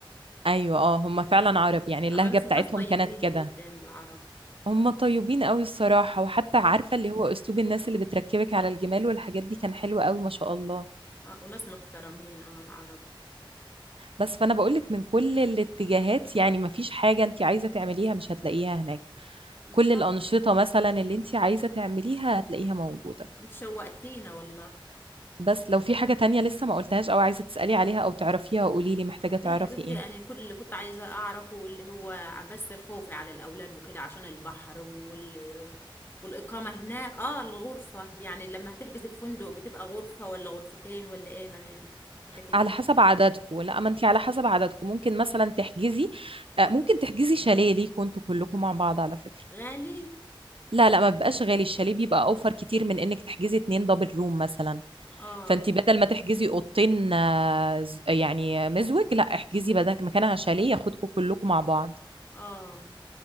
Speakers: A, on the right; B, on the left.
A: ايوه اه هم فعلا
B: بس
A: عرب يعني اللهجه
B: أبقى ناس
A: بتاعتهم
B: ناس طيبين
A: كانت كده
B: جدا العرب
A: هم طيبين قوي الصراحه وحتى عارفه اللي هو اسلوب الناس اللي بتركبك على الجمال والحاجات دي كان حلو قوي ما شاء الله
B: اه وناس محترمين اه العرب
A: بس فانا بقولك من كل الاتجاهات يعني ما فيش حاجه انت عايزه تعمليها مش هتلاقيها هناك
B: ان
A: كل
B: شاء
A: الانشطه
B: الله
A: مثلا اللي انت عايزه تعمليها هتلاقيها موجوده
B: انت شوقتينا والله
A: بس لو في حاجة تانية لسه ما قلتهاش او عايزة تسألي عليها او تعرفيها قولي لي محتاجة
B: ليه
A: تعرفي
B: يا حبيبتي
A: ايه
B: انا كل اللي كنت عايزه اعرفه اللي هو بس خوفي على الاولاد وكده عشان البحر وال... والاقامه هناك اه الغرفه يعني لما هتحجزي في فندق بتبقى غرفه ولا غرفتين ولا ايه ما أنا حكت لي
A: على حسب عددكم لا ما انت على حسب عددكم ممكن مثلا تحجزي آه، ممكن تحجزي شاليه ليكوا انتوا كلكم مع بعض على فكرة
B: غالي
A: لا لا ما بيبقاش غالي الشاليه بيبقى اوفر كتير من انك تحجزي اتنين دبل روم مثلا
B: اه
A: فانت بدل ما تحجزي اوضتين آه، ز- يعني مزوج لا احجزي بدل مكانها شاليه ياخدكم كلكم مع بعض
B: اه